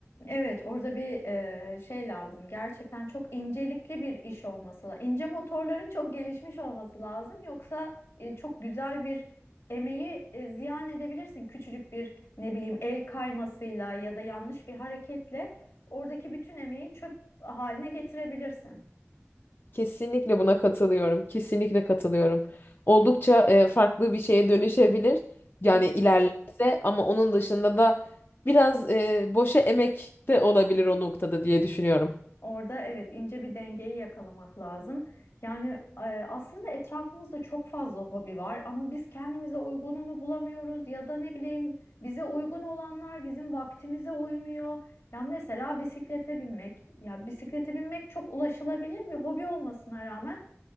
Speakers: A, on the left (about 75°); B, on the left (about 45°).
A: Evet, orada bir e, şey lazım. Gerçekten çok incelikli bir iş olması lazım. İnce motorların çok gelişmiş olması lazım. Yoksa e, çok güzel bir emeği e, ziyan edebilirsin. Küçücük bir ne bileyim el kaymasıyla ya da yanlış bir hareketle oradaki bütün emeği çöp haline getirebilirsin.
B: Kesinlikle buna katılıyorum. Kesinlikle katılıyorum. Oldukça e, farklı bir şeye dönüşebilir. Yani
A: Evet.
B: ilerlerse ama onun dışında da biraz e, boşa emek de olabilir o noktada diye düşünüyorum.
A: Orada evet ince bir dengeyi yakalamak lazım. Yani e, aslında etrafımızda çok fazla hobi var ama biz kendimize uygununu bulamıyoruz ya da ne bileyim bize uygun olanlar bizim vaktimize uymuyor. Ya mesela bisiklete binmek. Ya bisiklete binmek çok ulaşılabilir bir hobi olmasına rağmen